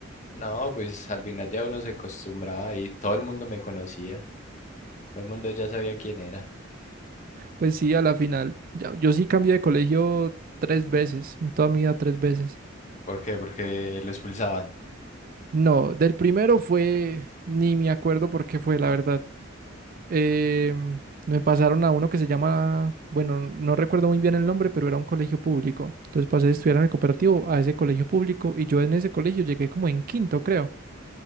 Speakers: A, on the left; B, on the right.
A: No, pues al final ya uno se acostumbraba y todo el mundo me conocía. Todo el mundo ya sabía quién era.
B: Pues sí, a la final. Ya- yo sí cambié de colegio tres veces, en toda mi vida tres veces.
A: ¿Por qué? Porque lo expulsaban.
B: No, del primero fue, ni me acuerdo por qué fue, la verdad. em, me pasaron a uno que se llama, bueno, no recuerdo muy bien el nombre, pero era un colegio público. Entonces pasé de estudiar en el cooperativo a ese colegio público y yo en ese colegio llegué como en quinto, creo.